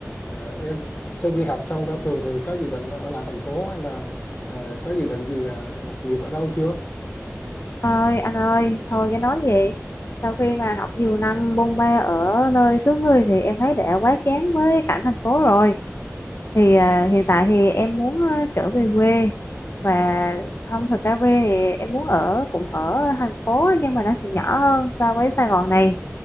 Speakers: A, on the left (about 35°); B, on the left (about 50°).
A: À, em sau khi học xong ra trường thì có dự định ở lại thành phố hay là à, có dự định gì à, lập nghiệp ở đâu chưa?
B: ơi anh ơi thôi cái nói gì sau khi mà học nhiều năm bôn ba ở nơi xứ người thì em thấy đã quá chán với cảnh thành phố rồi thì à, hiện tại thì em muốn à, trở về quê và không thật ra quê thì em muốn ở cũng ở thành phố nhưng mà nó sẽ nhỏ hơn so với Sài Gòn này